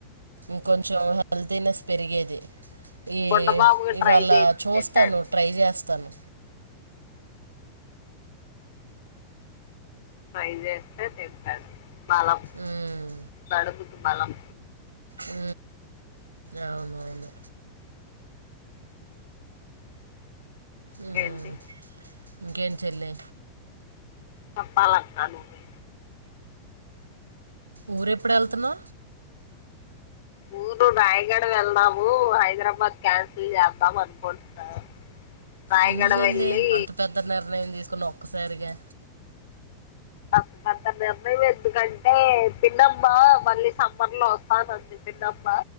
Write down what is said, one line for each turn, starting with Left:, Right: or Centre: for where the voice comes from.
Right: ఇంకొంచెం హెల్తీనెస్ పెరిగేది ఈ
Left: బుడ్డబాబుకి
Right: ఇవాళ
Left: ట్రై చేయి
Right: చూస్తాను
Left: తింటాడు
Right: ట్రై చేస్తాను
Left: ట్రై చేస్తే తింటాడు బలం
Right: ఉమ్
Left: కడుపుకి బలం
Right: ఉ అవున అవును ఉమ్
Left: ఏంటి
Right: ఇంకేం చెల్లే
Left: చప్పాలక్క నువ్వే
Right: ఊర ఎప్పుడు వెళ్తున్నా
Left: ఊరు రాయగడ వెళ్దాము హైదరాబాద్ క్యాన్సిల్ చేద్దాం అనుకుంటున్నా రాయగడ
Right: ఎందుకు చెల్లి
Left: వెళ్ళి
Right: అంత పెద్ద నిర్ణయం తీసుకుని ఒక్కసారిగా
Left: అంత పెద్ద నిర్ణయం ఎందుకంటే పిన్నమ్మా మళ్ళీ సమ్మర్ లో వస్తానంది పిన్నమ